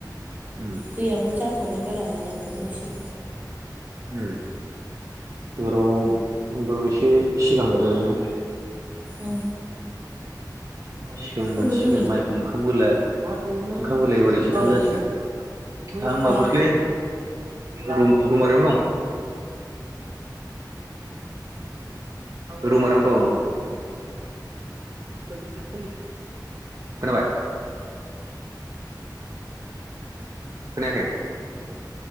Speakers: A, on the right; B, on the right.
A: उम
B: दैयाबो जाथ'वाखै बारा नांबावगौ एसे
A: उम एबाराव एसे सिगांग्रा जाबायना <unintelligible>
B: उम
A: <unintelligible> सिगां मोनसिगोन
B: अबेयाव दं
A: माइखौ ओंखाम बला ओंखाम बलाया बोरै
B: नोंसोरलाय
A: एसे थाब जासिगोन <unintelligible> आं माबायावसोलै
B: मा
A: रु रुमारियावनो दं। रौमारावनो दं <unintelligible> खोनाबाय खोनायाखै